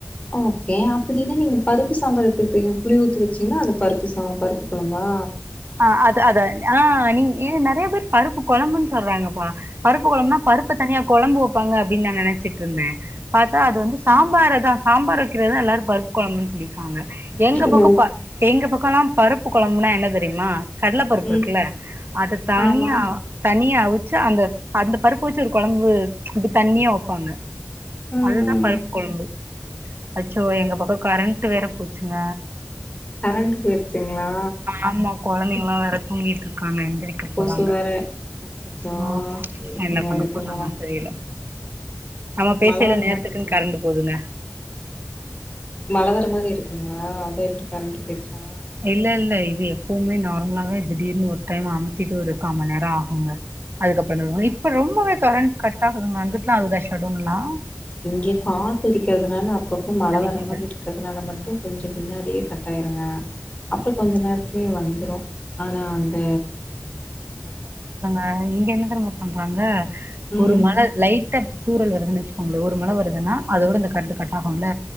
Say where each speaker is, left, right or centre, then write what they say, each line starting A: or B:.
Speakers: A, on the left; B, on the right.
A: ஓகே அப்டின்னா நீங்க பருப்பு சாம்பார் எப்டி வப்பீங்க புளி ஊத்தி வச்சிங்கன்னா அது பருப்பு சாம் பருப்பு கொழம்பா
B: ஆ அது அத ஆ நீ நெறைய பேர் பருப்பு கொழம்புன்னு சொல்றாங்கப்ப பருப்பு கொழம்புனா பருப்ப தனியா கொழம்பு வப்பாங்க அப்டின்னு நா நெனைச்சிட்டு இருந்த பாத்தா அது வந்து சாம்பார தா சாம்பார் வக்கிறதுதா எல்லாரு பருப்பு கொழம்புன்னு சொல்லிருக்காங்க எங்க பக்கம்
A: ஓ
B: எங்க பக்கோ ல்லா பருப்பு கொழம்புனா என்ன தெரியுமா கடல பருப்பு
A: ம்
B: இருக்குல்ல அத தனியா
A: ஆமா
B: தனியா அவிச்சு அந்த அந்த பருப்பு வச்சு ஒரு கொழம்பு அப்டி தண்ணியா வப்பாங்க அதுதா
A: ம்
B: பருப்பு
A: ம்
B: கொழம்பு அச்சோ எங்க பக்கோ கரண்ட் ட்டு வேற போச்சுங்க
A: கரண்ட்டு போய்ருச்சுங்களா
B: ஆமா கொழந்தைகல்லா வேற தூங்கிட்ருக்காங்க எந்திரிக்
A: கொசு
B: போறாங்க
A: வேற அச்சச்சோ
B: ஆமா
A: இருக்குங்க
B: என்ன பண்ண
A: இருக்குங்க
B: போறாங்கன் தெரியல நம்ம பேசியில
A: மழ வர
B: நேரத்துக்குன்னு
A: மாரி இருக்குங்க
B: கரண்டு போதுங்க
A: மழை வர மாரி இருக்குங்களா அதா இப்டி கரண்ட் போயிடுச்சா
B: இல்ல இல்ல இது எப்போவுமே நார்மலாவே திடீர்னு ஒரு டைம் அமுத்திட்டு ஒரு காம் மண் நேரோ ஆகுங்க அதுக்கப்பறோந்தா வரு
A: ஆமா
B: இப்ப ரொம்பவே கரண்ட் கட் ஆகுதுங்க அங்கட்டுலா ஆகுதா ஷடோன்லா
A: இங்க காத்து அடிக்கிறதுனால அப்ப அப்ப மழ
B: அடிக்குது
A: வர மாரி இருக்கு ன்றதுனால மட்டு கொஞ்ச பின்னாடியே கட்டாயிருங்க அப்றோ கொஞ்ச நேரத்துலயு வந்துரு ஆனா அந்த
B: ஆ இங்க என்ன தெரியும பண்றாங்க
A: ம்
B: ஒரு மழ லைட் ட்டா தூரல் வருதுனு வச்சுகோங்களேன் ஒரு மழ வருதுன்னா அதோட இந்த கரன்டு கட்டாகுல்ல